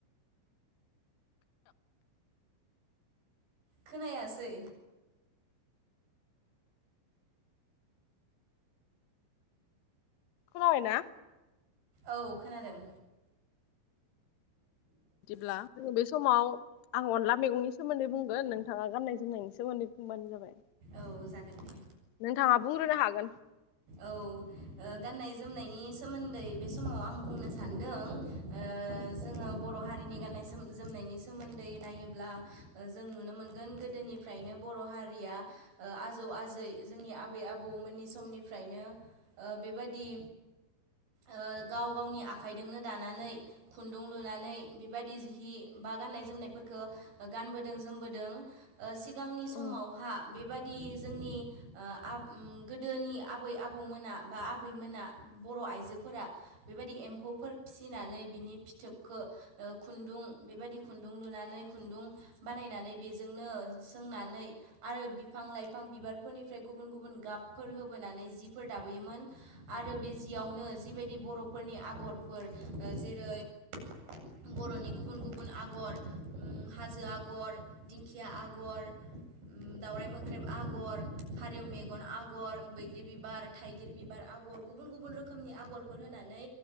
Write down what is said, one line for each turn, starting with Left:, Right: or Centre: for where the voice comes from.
Right: खोनायासै
Left: खोनाबायना
Right: औ खोनादों
Left: बिदिब्ला जोङो बे समाव आं अनला मैगंनि सोमोन्दै बुंगोन नोंथाङा गाननाय जोमनायनि सोमोन्दै बुंबानो जाबाय
Right: औ जागोन दे
Left: नोंथाङा बुंग्रोनो हागोन।
Right: औ ओ गाननाय जोमनायनि सोमोन्दै बे समाव आं बुंनो सान्दों ओ जोङो बर' हारिनि गाननाय जोम जोमनायनि सोमोन्दै नायोब्ला जों नुनो मोनगोन गोदोनिफ्रायनो बर' हारिया ओ आजौ आजै जोंनि आबै आबौमोननि समनिफ्रायनो ओ बेबादि ओ गाव गावनि आखाइदोंनो दानानै खुन्दुं लुनानै बेबायदि जिहि बा गाननाय जोमनायफोरखौ ओ गानबोदों जोमबोदों ओ सिगांनि समावहा
Left: औ
Right: बेबादि जोंनि ओ आब उम गोदोनि आबै आबौमोना बा आबैमोना बर' आइजोफोरा बेबायदि एम्फौफोर फिनानै बिनि फिथोबखौ ओ खुन्दुं बेबायदि खुन्दुं लुनानै खुन्दुं बानायनानै बेजोंनो सोंनानै आरो बिफां लाइफां बिबारफोरनिफ्राय गुबुन गुबुन गाबफोर होबोनानै जिफोर दाबोयोमोन आर आरो बे जियावनो जिबायदि बर'फोरनि आगरफोर ओ जेरै बर'नि गुबुन गुबुन आग गर हाजो आगर दिंखिया आगर उम दाउराइ मोख्रेब आगर फारिव मेगन आगर बैग्रि बिबार थाइगिर बिबार आग'र गुबुन गुबुन रोखोमनि आग'रफोर होनानै